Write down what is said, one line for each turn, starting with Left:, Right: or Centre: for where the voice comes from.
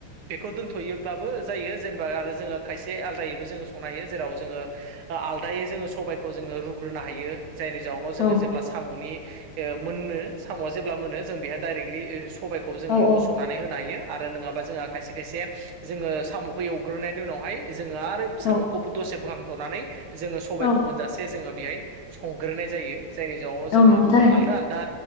Right: बेखौ दोनथ'योब्लाबो जायो जेनेबा आरो जोङो खायसे आलादायैबो जोङो संनो हायो जेराव जोङो आलदायै जोङो सबबायखौ जोङो रुग्रोनो हायो जायनि जाउनाव जोङो
Left: औ
Right: जेब्ला साम'नि ओ मोननो साम'आ जेब्ला मोनो जों बेहाय दायरेक्लि सबायखौ जोङो
Left: औ औ
Right: लुस'ना होनो हायो आरो नोङाबा जोंहा खायसे खायसे जोङो साम'खौ एवग्रोनायनि उनावहाय जोङो आरो
Left: औ
Right: साम'खौ दसे बोखांथ'नानै जोङो सबायखौ
Left: औ
Right: मोनजासे जोङो बेहाय संग्रोनाय जायो जायनि जाउनाव जोङो
Left: औ नंगौ
Right: गुबुन
Left: थारैनो
Right: आलदा आलदा